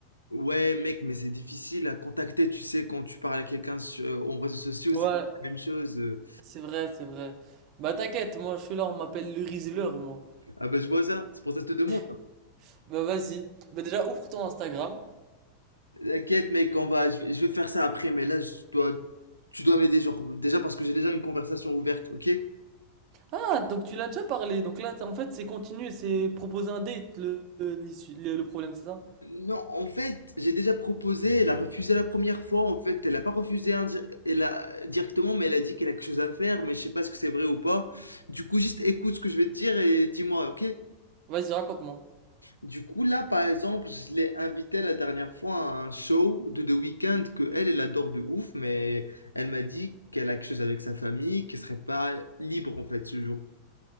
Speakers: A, on the left; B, on the right.
A: Ouais, mec, mais c'est difficile à contacter, tu sais, quand tu parles à quelqu'un sur en réseaux sociaux,
B: Ouais,
A: c'est la même chose. euh.
B: c'est vrai, c'est vrai. Bah t'inquiète, moi je suis là, on m'appelle le Rizzler, moi.
A: Ah bah je vois ça, c'est pour ça que je te demande.
B: <laughs> Bah vas-y. Bah déjà ouvre ton Instagram.
A: T'inquiète, mec, on va, je vais, je vais faire ça après, mais là, je dois, tu dois m'aider, genre, déjà parce que j'ai déjà une conversation ouverte, ok?
B: Ah, donc tu l'as déjà parlé. Donc là, t'as- en fait, c'est continuer, c'est proposer un date le, l'issue- le le problème, c'est ça?
A: Non, en fait, j'ai déjà proposé, elle a refusé la première fois, en fait, elle a pas refusé indi- elle a, directement, mais elle a dit qu'elle a quelque chose à faire, mais je sais pas ce que c'est vrai ou pas. Du coup, juste écoute ce que je vais te dire et dis-moi, ok?
B: Vas-y, raconte-moi.
A: Du coup, là, par exemple, je l'ai invitée la dernière fois à un show de The Weeknd que elle, elle adore de ouf, mais elle m'a dit qu'elle a quelque chose avec sa famille, qu'elle serait pas libre en fait ce jour.